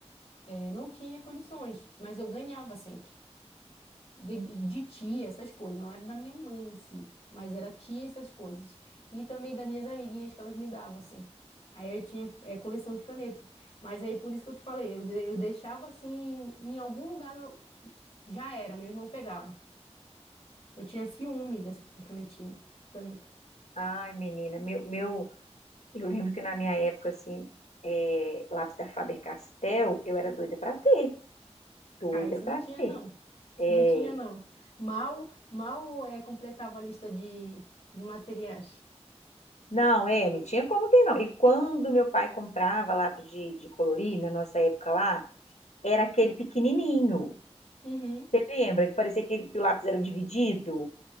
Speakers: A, on the left; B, on the left.
A: Eu não tinha condições, mas eu ganhava sempre. Gan- De tia, essas coisas. Não era da minha mãe em si, mas era tia, essas coisas. E também das minhas amiguinhas que elas me davam, assim. Aí eu tinha eh, coleção de caneta. Mas aí por isso que eu te falei, eu, de- eu deixava assim, em algum lugar meu, já era, meu irmão pegava. Eu tinha ciúme dessas canetinhas, caneta.
B: Ai, menina, meu, meu, eu lembro que na minha época, assim, é, lápis da Faber-Castell, eu era doida pra ter, doida
A: Ah, isso
B: pra
A: não tinha,
B: ter.
A: não.
B: É,
A: Não tinha, não. Mal, mal eh, completava a lista de, de materiais.
B: não, é, não tinha como ter, não. E quando meu pai comprava lápis de, de colorir, na nossa época lá, era aquele pequenininho.
A: Uhum,
B: Você lembra que parecia que, que o lápis era dividido?